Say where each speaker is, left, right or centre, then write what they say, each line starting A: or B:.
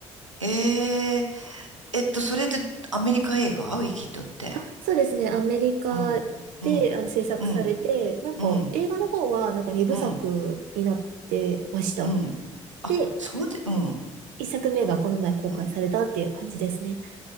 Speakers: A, on the right (about 85°); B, on the right (about 60°).
A: えー、えっと、それってアメリカ映画ウィキッドって。
B: <laughs> あ、そうですね。アメリカであの制作されて、
A: うん。うん。うん。
B: なんか映画の方はなんか2部作になってました。
A: うん。うん。うん。あ、
B: で、
A: そうで、うん。
B: 1作目がこの前公開されたっていう感じですね。
A: うん。